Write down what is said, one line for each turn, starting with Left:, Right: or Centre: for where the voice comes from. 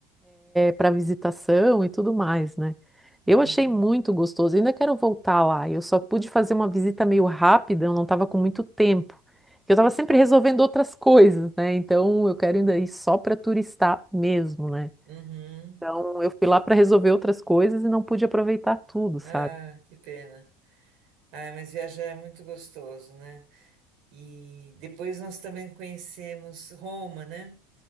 Centre: para visitação e tudo mais, né?
Right: Uhum.
Centre: Eu achei muito gostoso. Ainda quero voltar lá. Eu só pude fazer uma visita meio rápida, eu não estava com muito tempo. Eu estava sempre resolvendo outras coisas, né? Então eu quero ainda ir só para turistar mesmo, né?
Right: Uhum.
Centre: Então eu fui lá para resolver outras coisas e não pude aproveitar tudo, sabe?
Right: Ah, que pena. Ah, mas viajar é muito gostoso, né? E depois nós também conhecemos Roma, né?